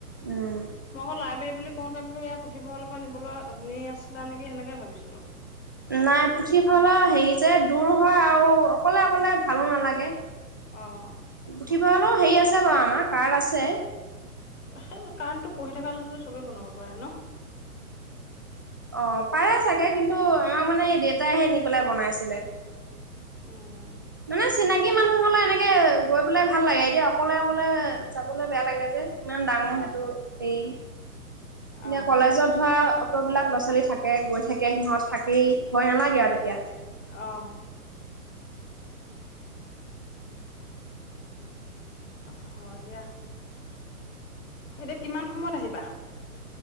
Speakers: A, on the right (about 15°); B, on the left (about 55°).
A: উম
B: মই আকৌ লাইব্ৰেৰী বুলি কওঁতে বোলো ইয়াৰ পুথিভঁৰালৰ পৰা নিবলৈ নি আছিলা নেকি সেনেকে ভাবিছিলো।
A: নাই পুথিভঁৰালৰ হেৰি যে, দূৰ হয় আৰু অকলে অকলে ভালো নালাগে।
B: অ',
A: পুথিভঁৰালৰ হেৰি আছে আছে বাৰু আমাৰ কাৰ্ড আছেই।
B: আ সেয়ে কাৰেণটো পঢ়ি থকা ল'ৰা-ছোৱালী চবেই বনাব পাৰে ন?
A: অ', পাৰে চাগে, কিন্তু আমাক মানে এই দেউতাইহে নি পেলাই বনাইছিলে।
B: উম।
A: মানেচ চিনাকি মানুহ হ'লে এনেকে গৈ পেলাই ভাল লাগে, এতিয়া অকলে অকলে যাবলৈ বেয়া লাগে যে ইমান ডাঙৰ সেইটো
B: অ',
A: হেৰি, এতিয়া
B: অ',
A: কলেজত ধৰা অত'বিলাক ল'ৰা-ছোৱালী থাকে, গৈ থাকে সিহঁত থাকেই। ভয় নালাগে
B: অ',
A: আৰু তেতিয়া।
B: অ'। হয় দিয়া। এতিয়া কিমান সময়ত আহিবা?